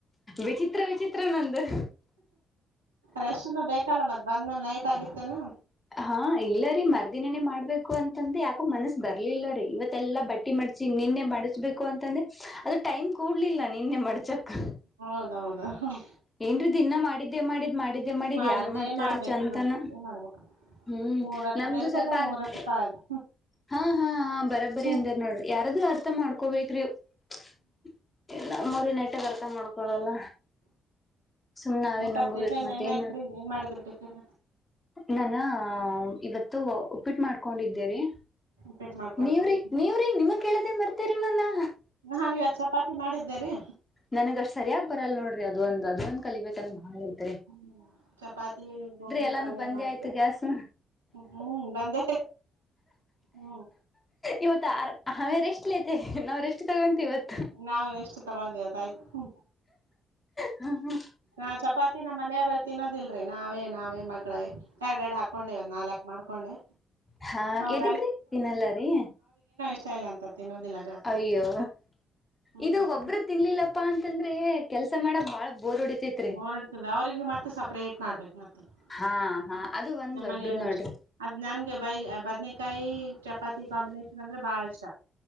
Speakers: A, on the left; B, on the right.
A: ವಿಚಿತ್ರ ವಿಚಿತ್ ತ್ರ ನಂದು
B: ರೆಸ್ಟನ್ನು ಬೇಕಲ್ಲ ಮತ್ ಬಂದ್ಮೇಲೆ ನೈಟ್ ತ್ತಾಗಿತ್ತೇನು.
A: ಹಾ ಇಲ್ಲರಿ ಮರ್ ದಿನನೆ ಮಾಡ್ಬೇಕು ಅಂತಂದ ಯಾಕೋ ಮನಸ್ಸ ಬರ್ಲಿಲ್ಲ ರೀ ಇವತ್ ತ್ತೆಲ್ಲಾ ಬಟ್ಟಿ ಮಾಡ್ಚಿ ನಿನ್ನೆ ಮಾಡಿಚ್ಬೆಕು ಅಂತಂದೆ ಅದು ಟೈಮ್ ಕೂಡ್ಲಿಲ್ಲ. ನಿನ್ನೆ ಮಡ್ಚಕ್
B: ಹೌದೌದ್ ಹ್ಮ್.
A: ಏನ್ರ ದಿನ್ನ ಮಾಡಿದ್ದೇ ಮಾಡಿದ್ ಮಾಡ್ ದೆ ಮಾಡಿದ್
B: ಮಾಡಿದ್ದೇ
A: ಯಾರ ಮಾಡ್ತಾರೀ
B: ಮಾಡ್ಬೇಕು
A: ಚಂತನ
B: ಮಾಡಿದ್ದೇ ಮಾಡ್ಬೇಕು
A: ಹ್ಮ
B: ಮೂರತ್ತು
A: ನಮ್ದು
B: ಬೇಸದು
A: ಸ್ವಲ್ಪ
B: ಮೂರತ್ತು
A: ಅರ್ಥ
B: ತೊಳದು
A: ಹ ಹ ಹ ಬರಬ್ಬರಿ
B: ಹ್ಮ್
A: ಅಂದ ನೋಡ್ರಿ ಯಾರಾದ ಅರ್ಥ ಮಾಡ್ಕೋಬೇಕ್ರಿ <unintelligible> ನಮ್ಮವ್ರಿನ ಅರ್ತ ಮಾಡ್ ಕೊಳಲ್ಲ ಸುಮ್ ನಾವೇ
B: ಊಟ
A: ನುಂಗಬೇಕು
B: ಟಿಫಿನ್
A: ಮತ್ತ
B: ಏನಾಯ್ತ್ರಿ
A: ಏನ್
B: ಮಾಡಿದ್ರಿ ಟಿಫಿನ್
A: ನಾನ ಇವತ್ ತ್ತು ಉಪ್ಪಿಟ್ಟು ಮಾಡ್ಕೊಂಡಿದ್ದೇರಿ
B: ರಿಪೀಟ್ ಮಾಡ್ಕೊಂಡ್ರಿ
A: ನೀವ್ರಿ ನೀವ್ರೀ ನಿಮ ಕೇಳದೇ ಮರ್ತೇರಿ ನಾನು
B: ನಾನ್ ಇವತ್ ಚಪಾತಿ ಮಾಡಿದ್ದೆ ರೀ
A: ನನ್ಗಷ್ಟ್ ಸರಿಯಾಗಿ ಬರಲ್ಲ ನೋಡ್ರಿ ಅದ ಒಂದ್ ಅದ ಒಂದ ಕಲಿಬೇಕಂತ ಬಾಳ್ ಐತಿ
B: ಹ್ಮ ಚಪಾತಿ ಗೋಬಿ
A: ಎಲ್ಲಾನು
B: ಪಲ್ಯ
A: ಬಂದೇ
B: ಮಾಡಿದ್ದೆ
A: ಆಯ್ತು ಗ್ಯಾಸ್
B: ಹ್ಮ್ ಬಂದೆ ಹ್ಮ್
A: ಇವತ್ ಆರ್ ಹ ವ ರೆಸ್ಟ್ ಲತೆ <unintelligible> ನಾವ್ ರೆಷ್ಟು ತಗೊಂತೀವಿ ಇವತ್
B: ನಾವು ರೆಷ್ಟು ತಗೋ ಬೇಕಾಯ್ತು
A: ಹ್ಮ ಹ್ಮ
B: ಹ ಚಪಾತಿ ನಮ್ಮ್ ಮನೆಯವ್ರ ತಿನ್ನೋದಿಲ್ ರಿ ನಾವೇ ನಾವೇ ಮಡ್ಕೊಳದ್ ಎರಡ್ ಎರಡು ಹಾಕೊಂಡೆ ಒಂದ್ ನಾಲ್ಕ್ ಮಾಡ್ಕೊಂಡೆ
A: ಹಾ
B: ಅವ್ರ್
A: ಎದಕ್ ರಿ ತಿನ್ನಲ್ಲಾರೀ
B: ಸ್ಟೈಲ್ ಅಂತ ತಿನ್ನೋದಿಲ್ಲ ಜಾಸ್ತಿ
A: ಅಯ್ಯೋ
B: ಹ್ಮ್
A: ಇದು ಒಬ್ಬರು ತಿನ್ಲಿಲ್ಲ ಪ್ಪಾ ಅಂತಂದ್ರೆ ಕೆಲ್ಸ ಮಾಡಕ್ ಬಾಳ ಬೋರ್ ಹೊಡಿತೈತ್ರಿ
B: ಓರಾಡ್ತದೆ ಅವ್ರಿಗೆ ಮತ್ತ ಸಪ್ರೇಟ್ ಮಾಡ್ಬೇಕು ಮತ್ತೆ ಹ್ಮ
A: ಹಾ ಹಾ ಅದು ಒಂದ್
B: ನಮ್ಮ
A: ದೊಡ್ಡದ್
B: ಮನೆಯವರು
A: ನೋಡ್ರಿ
B: ಅಷ್ಟೇ ಅದ ನನ್ಗೆ ಬೈ ಬದ್ನೇಕಾಯಿ ಚಪಾತಿ ಕಾಂಬಿನೇೇಶನ್ ಅಂದ್ರೆ ಬಹಳ ಇಷ್ಟ